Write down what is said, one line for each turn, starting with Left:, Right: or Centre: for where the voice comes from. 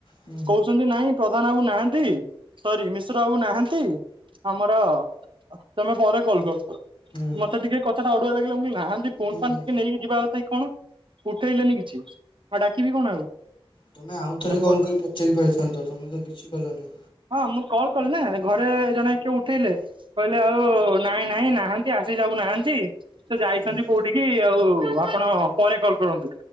Left: ହୁଁ ହୁଁ
Right: କହୁଛନ୍ତି ନାଇଁ ପ୍ରଧାନ କଣ ନାହାନ୍ତି ସରି ମିଶ୍ର ବାବୁ ନାହାନ୍ତି ଆମର ତମେ ପରେ କଲ୍ କର।
Left: ହୁଁ
Right: ମତେ ଟିକେ କଥାଟା ଅଡୁଆ ଲାଗିଲା ମୁଁ କହିଲି ନାହାଁନ୍ତି ଫୋନ
Left: ହୁଁ
Right: ଫାନ
Left: ହୁଁ
Right: କହିକି ଯିବା କଥା କି କଣ? ଉଠେଇଲେନି କିଛି, ଆଉ ଡାକିବି କଣ ଆଉ।
Left: ତୁମେ ଆଉଥରେ
Right: ଆମେ
Left: କଲ କରି ପଚାରି ପାରିଥାନ୍ତ, ତମେ ତ କିଛି କଲନି।
Right: ହଁ ମୁଁ କଲ୍ କଲି ନା ଘରେ ଜଣେ କିଏ ଉଠେଇଲେ, କହିଲେ ଆଉ ନାଇଁ ନାଇଁ ନାହାଁନ୍ତି ଆଶିଷ ବାବୁ ନାହାଁନ୍ତି ସେ ଯାଇଛନ୍ତି
Left: ହୁଁ
Right: କୋଉଠିକି ଆଉ ଆପଣ ପରେ କଲ କରନ୍ତୁ।